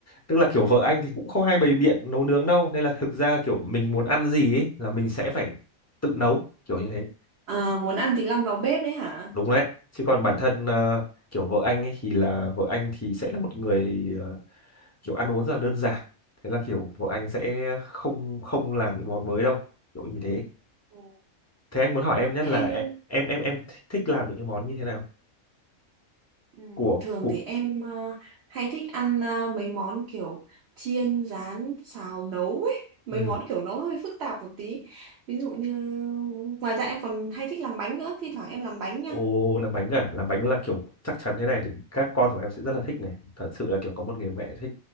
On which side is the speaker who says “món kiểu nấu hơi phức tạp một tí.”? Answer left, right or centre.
Right